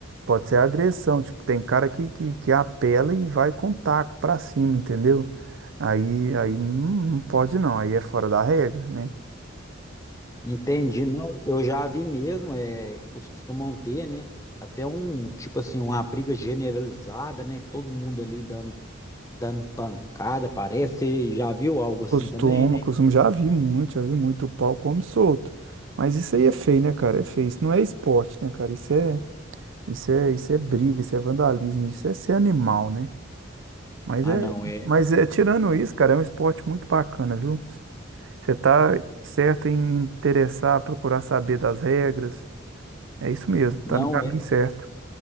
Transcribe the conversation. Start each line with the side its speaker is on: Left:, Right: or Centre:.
Right: pode ser agressão, tipo, tem cara que, que, que apela e vai com taco pra cima, entendeu? Aí, aí não, não pode não, aí é fora da regra, né?
Left: Entendi, não, eu já vi mesmo, é, costumam ter, né? Até um, tipo assim, uma briga generalizada, né? Todo mundo ali dando, dando pancada, parece. Você já viu algo assim
Right: Costuma,
Left: também, né?
Right: costuma, já vi muito, já vi muito o pau como solto. Mas isso aí é feio, né, cara? É feio, isso não é esporte, né, cara? Isso é, isso é, isso é briga, isso é vandalismo, isso é ser animal, né? Mas
Left: Ah,
Right: é,
Left: não, é.
Right: mas é tirando isso, cara, é um esporte muito bacana, viu? Você tá certo em interessar, procurar saber das regras. É isso mesmo, tá
Left: Não
Right: no caminho
Left: é.
Right: certo.